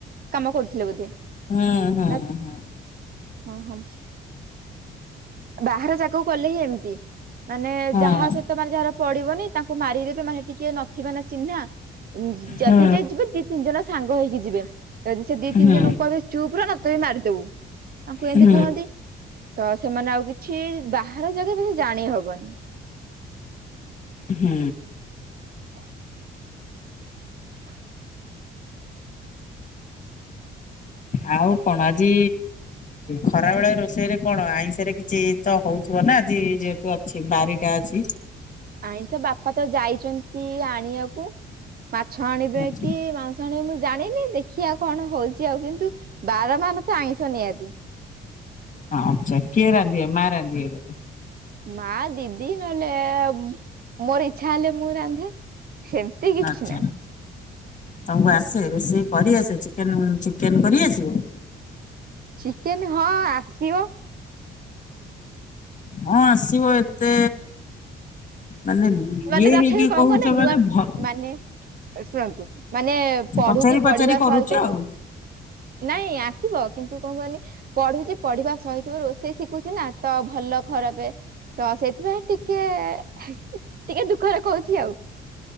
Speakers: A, on the right (about 50°); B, on the left (about 40°).
A: କାମ କରୁଥିଲେ ବୋଧେ।
B: ହୁଁ ହୁଁ
A: ନା
B: ହୁଁ।
A: ହଁ ହଁମ୍। ବାହାର ଯାଗାକୁ ଗଲେ ହିଁ ଏମିତି। ମାନେ
B: ହୁଁ।
A: ଯାହା ସହିତ ମାନେ ଯାହାର ପଡିବନି ତାଙ୍କୁ ମାରିଦେବେ ମାନେ ହେଟିକିଏ ନଥିବେ ନା ଚିହ୍ନା। ଯଦି
B: ହଁ
A: ଯେ ଯିବେ ଦି ତିନି ଜଣ ସାଙ୍ଗ ହେଇକି ଯିବେ ଯଦି ସେ ଦି ତିନି
B: ହୁଁ
A: ଜଣଙ୍କୁ କହିବେ ଚୁପ ରହ ତତେ ବି ମାରିଦବୁ ତାଙ୍କୁ ଏମିତି
B: ହୁଁ
A: କୁହନ୍ତି ତ ସେମାନେ ଆଉ କିଛି ବାହାର ଜାଗା ବେଶି ଜାଣିହବନି।
B: ହୁଁ।
A: ହ ହ
B: ଆଉ କଣ ଆଜି ଖରା ବେଳେ ରୋଷେଇରେ କଣ ଆଇଁଷ ରେ କିଛି <unintelligible> ହଉଥିବ ନା ଆଜି ଯେହେତୁ ଅଛି ବାରିଟା ଅଛି।
A: ଆଇଁଷ ବାପା ତ ଯାଇଚନ୍ତି ଆଣିଆକୁ ମାଛ ଆଣିବେ
B: ଆଚ୍ଛା।
A: କି ମାଂସ <unintelligible> ମୁଁ ଜାଣିନି ଦେଖିଆ କଣ ହଉଚି ଆଉ କିନ୍ତୁ ବାର ମାନେ ତ ଆଇଁଷ ନିହାତି।
B: ହଁ ଆଚ୍ଛା କିଏ ରାନ୍ଧିବେ ମା ରାନ୍ଧିବେ ବୋଧେ?
A: ମା ଦିଦି ନହେଲେ ମୋର ଇଚ୍ଛା ହେଲେ ମୁଁ ରାନ୍ଧେ ସେମ୍ତି କିଛି
B: ଆଚ୍ଛା
A: ନାହିଁ।
B: ତମକୁ ଆସେ ରୋଷେଇ କରିଆସେ ଚିକେନ୍-ଚିକେନ୍ କରିଆସିବ?
A: ଚିକେନ୍ ହଁ ଆସିବ।
B: ହଁ ଆସିବ ଏତେ ମାନେ ଇଏ
A: ମାନେ
B: ହେଇକି
A: ତଥାପି କଣ
B: କହୁଚ
A: କହନା ନୂଆ
B: ମାନେ ଭ
A: ମାନେ ଶୁଣନ୍ତୁ, ମାନେ ପଢୁଚି
B: ପଚାରି ପଚାରି
A: ପଢିବା
B: କରୁଛ
A: ସହିତ
B: ଆଉ।
A: ବି ନାଇଁ ଆସିବ କିନ୍ତୁ କଣ କୁହନି ପଢୁଚି ପଢିବା ସହିତ ବି ରୋଷେଇ ଶିଖୁଚି ନା ତ ଭଲ ଖରାପେ ତ ସେଇଥିପାଇଁ ଟିକେ-ଟିକେ ଦୁଃଖରେ କହୁଛି ଆଉ।